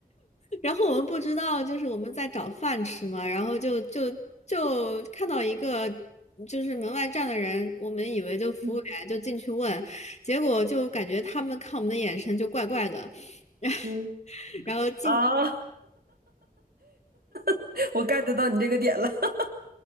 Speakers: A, on the left; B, on the right.
A: 然后我们不知道，就是我们在找饭吃嘛，然后就就就看到一个就是门外站的人，我们以为就服务员，
B: 嗯
A: 就进去问，结果就感觉他们看我们的眼神就怪怪的，<laughs> 然后
B: 嗯
A: 然后进，
B: 啊，<laughs> 我 get 到你这个点了。<laughs>